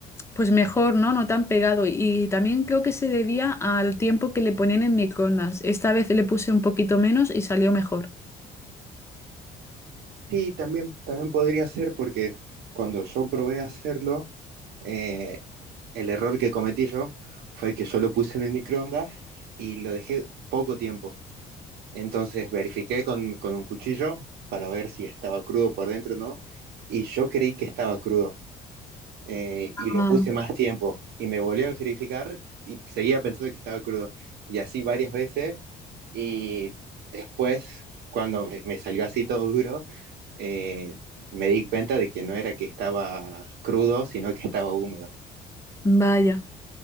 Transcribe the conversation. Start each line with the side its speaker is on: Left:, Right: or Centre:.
Left: pues mejor, ¿no? No tan pegado. Y también creo que se debía al tiempo que le ponían en microondas. Esta vez le puse un poquito menos y salió mejor.
Right: Sí, también, también podría ser porque cuando yo probé hacerlo, eh, el error que cometí yo fue que yo lo puse en el microondas y lo dejé poco tiempo. Entonces verifiqué con, con un cuchillo para ver si estaba crudo por dentro o no. Y yo creí que estaba crudo. eh, y lo
Left: Ah,
Right: puse más tiempo y me volvió a verificar y seguía pensando que estaba crudo. Y así varias veces y después, cuando me- me salió así todo duro, eh, me di cuenta de que no era que estaba crudo, sino que estaba húmedo.
Left: vaya.